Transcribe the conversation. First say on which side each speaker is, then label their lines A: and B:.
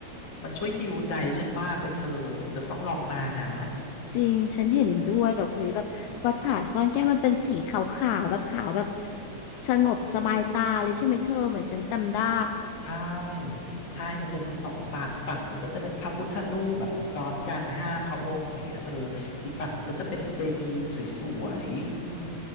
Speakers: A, on the left (about 40°); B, on the left (about 80°).
A: มันช่วยฮีลใจฉันมากเลยเธอเธอต้องลองมานะ
B: จริงฉันเห็นด้วยแบบอุ๊ยแบบวัดผาซ่อนแก้วมันเป็นสีขาวๆแบบขาวแบบสงบสบายตาเลยใช่ไหมเธอเหมือนฉันจำได้
A: ใช่ใช่มันจะมีสองฝั่งฝั่งหนึ่งก็จะเป็นพระพุทธรูปแบบซ้อนกันห้าพระองค์อย่างเงี้ยเธอ อีกฝั่งหนึ่งก็จะเป็นเจดีย์สวยๆอืม